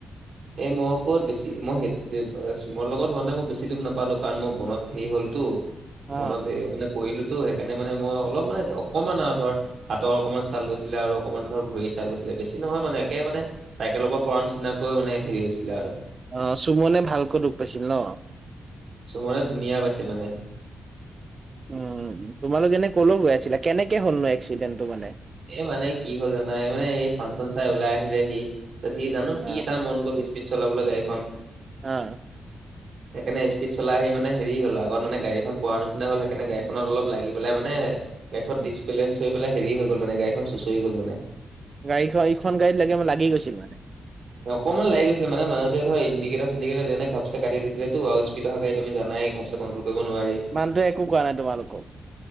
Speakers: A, on the right (about 70°); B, on the right (about 45°).
A: এই মই ক'ত বেছি মই সেই এ চোমনৰ লগত হওঁতে মই বেছি দূখ নাপালো কাৰণ মই বনত হেৰি হলতো,
B: অ
A: বনত সে মানে পৰিলোতো সেইকাৰণে মানে মই অলপ মানে অকমান আও ধৰ হাতৰ অকণমান ছাল গৈছিলে আৰু অকমান ধৰ ভৰি ছাল গৈছিলে বেছি নহয় মানে একে মানে, চাইকেলৰ পৰা নিচিনাকৈ মানে হেৰি হৈছিলে আৰু
B: অ চোমনে ভালকৈ দুখ পাইছিল ন
A: চোমনে ধুনীয়া পাইছে মানে
B: উম তোমালোক এনে ক'লৈ গৈ আছিলা কেনেকে হ'লনো এক্সিডেণ্টটো মানে
A: এ মানে কি হ'ল জানা এই মানে এই ফাংচন চাই ওলাই আহিলে সি তাৰপিছত কি জানো
B: অ
A: কি তাৰ মন গ'ল স্পীড চলাবলৈ গাড়ীখন,
B: হা
A: সেইকাৰণে স্পিড চলাই আহি মানে হেৰি হ'ল আগত মানে গাড়ীখন পোৱা নিচিনা হল সেইকাৰণে গডীখনত অলপ লাগি পেলাই মানে, গাড়ীখন ডিচবেলেইচ হৈ পেলাই হেৰি হৈ গল মানে গড়ীখন চুচৰি গল মানে
B: গাড়ীখন ইখন গাড়ীত লাগি লাগি গৈছিল মানে,
A: অকনমান লাগি গৈছিল মানে মানুহটোৱে ধৰ ইডিকেটৰ চিনডিকটৰ যেনে ঘাপচে কাটি দিছিলেতো স্পীড অহা গাড়ী তুমি জানাই ঘবচে কট্ৰল কৰিব নোৱাৰি
B: মানুহটোৱে একো কোৱা নাই তোমালোকক